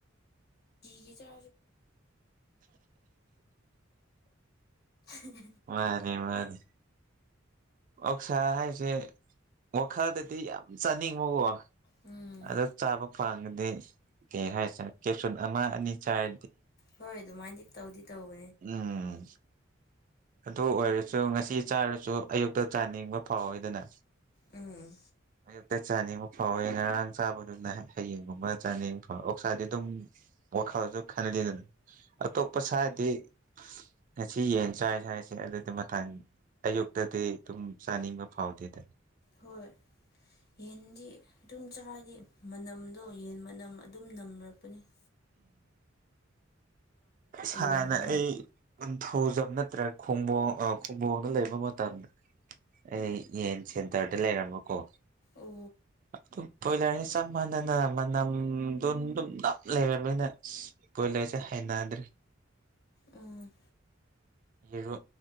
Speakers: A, on the left; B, on the right.
A: ꯒꯤ ꯆꯥ ꯎꯝ
B: ꯃꯗꯤ ꯃꯗꯤ ꯑꯣꯛꯁꯥ ꯍꯥꯏꯁꯦ ꯋꯥꯈꯜꯗꯗꯤ ꯌꯥꯝ ꯆꯥꯅꯤꯡꯕꯕ
A: ꯎꯝ
B: ꯑꯗꯣ ꯆꯥꯕ ꯄꯥꯉꯗꯤ ꯀꯩ ꯍꯥꯏꯁꯦ ꯀꯦꯞꯆꯟ ꯑꯃ ꯑꯅꯤ ꯆꯥꯏ
A: ꯍꯣꯏ ꯑꯗꯨꯃꯥꯏꯅꯗꯤ ꯇꯧꯗꯤ ꯇꯧꯅꯤ
B: ꯎꯝ ꯑꯗꯨ ꯑꯣꯏꯔꯁꯨ ꯉꯁꯤ ꯆꯥꯔꯁꯨ ꯑꯌꯨꯛꯇ ꯆꯥꯅꯤꯡꯕ ꯐꯥꯎꯋꯤꯗꯅ
A: ꯎꯝ
B: ꯑꯌꯨꯛꯇ ꯆꯥꯅꯤꯡꯕ ꯐꯥꯎꯋꯦ ꯉꯔꯥꯡ ꯆꯥꯕꯗꯨꯅ ꯍꯌꯦꯡ ꯑꯃ ꯆꯥꯅꯤꯡꯕ ꯐꯥꯎꯋꯦ ꯑꯣꯛꯁꯥꯗꯤ ꯑꯗꯨꯝ ꯋꯥꯈꯜꯁꯨ ꯈꯜꯂꯤꯗꯅ ꯑꯇꯣꯞꯄ ꯁꯥꯔꯗꯤ ꯉꯁꯤ ꯌꯦꯟ ꯆꯥꯏ ꯍꯥꯏꯁꯦ ꯑꯗꯨꯗꯤ ꯃꯊꯥ ꯑꯌꯨꯛꯇꯗꯤ ꯑꯗꯨꯝ ꯆꯥꯅꯤꯡꯕ ꯐꯥꯎꯗꯦꯗ
A: ꯍꯣꯏ ꯌꯦꯟꯗꯤ ꯑꯗꯨꯝ ꯆꯥꯗꯤ ꯃꯅꯝꯗꯣ ꯌꯦꯟ ꯃꯅꯝ ꯑꯗꯨꯝ ꯅꯝꯂꯛꯄꯅꯤ <unintelligible>
B: ꯁꯅ
A: ꯌꯣꯟꯕꯗꯣ
B: ꯑꯩ ꯀꯊ ꯈꯨꯖꯞ ꯅꯠꯇ꯭ꯔꯦ ꯈꯨꯝꯕꯣꯡ ꯈꯨꯝꯕꯣꯡꯗ ꯂꯩꯕ ꯃꯇꯝ ꯑꯩ ꯌꯦꯟ ꯁꯦꯟꯇꯔꯗ ꯂꯩꯔꯝꯃꯣꯀꯣ
A: ꯑꯣ
B: ꯑꯗꯨꯝ ꯕꯣꯏꯂꯔꯁꯦ ꯆꯞ ꯃꯥꯟꯅꯅ ꯃꯅꯝꯗꯨ ꯑꯗꯨꯝ ꯅꯞ ꯂꯩꯔꯕꯅꯤꯅ ꯕꯣꯏꯂꯔꯁꯦ ꯗ꯭ꯔꯦ
A: ꯎꯝ
B: ꯌꯦꯔꯣ